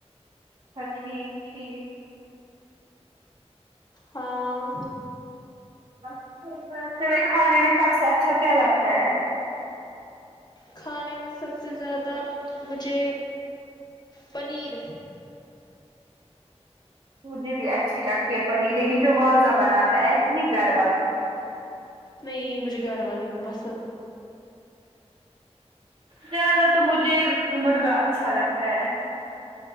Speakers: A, on the right (about 50°); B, on the left (about 40°).
A: ہاں ٹھیک ٹھیک
B: ہاں
A: بس <unintelligible> تمہیں کھانے میں سب سے اچھا کیا لگتا ہے
B: کھانے میں سب سے زیادہ مجھے پنیر
A: مجھے بھی اچھی لگتی ہے پنیر لیکن جو واضہ بناتا ہے ایسے نہیں گھر والی
B: نہیں مجھے گھر والی بھی پسند
A: زیادہ تو مجھے مرغا اچھا لگتا ہے